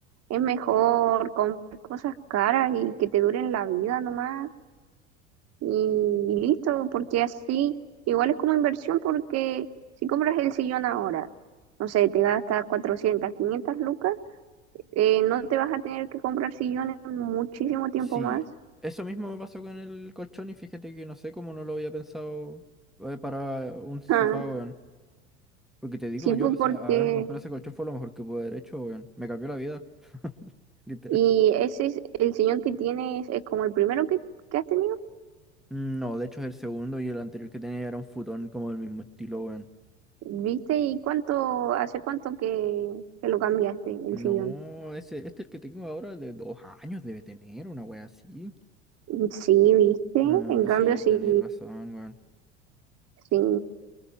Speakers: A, on the right; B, in the centre.
A: es mejor comprar cosas caras y que te duren la vida nomás. y listo, porque así igual es como inversión porque si compras el sillón ahora, no sé, te gastas 400, 500 lucas, eh, no te vas a tener que comprar sillones muchísimo tiempo
B: Sí,
A: más.
B: eso mismo me pasó con el colchón y fíjate que no sé cómo no lo había pensado eh, para un sofá,
A: Ah,
B: weón. Porque
A: <laughs>
B: te digo
A: sí,
B: yo,
A: pues,
B: o sea,
A: porque...
B: haberme comprado ese colchón fue lo mejor que pude haber hecho, weón. Me cambió la vida, <laughs> literal.
A: Y ese es el sillón que tienes, es como el primero que, que has tenido.
B: No, de hecho es el segundo y el anterior que tenía era un futón como del mismo estilo, weón.
A: ¿Viste? ¿Y cuánto, hace cuánto que, que lo cambiaste el
B: No,
A: sillón?
B: ese, este el que tengo ahora de dos años debe tener una wea así.
A: Sí, ¿viste?
B: Ah,
A: En cambio,
B: sí,
A: sí,
B: tenés razón, weón.
A: sí.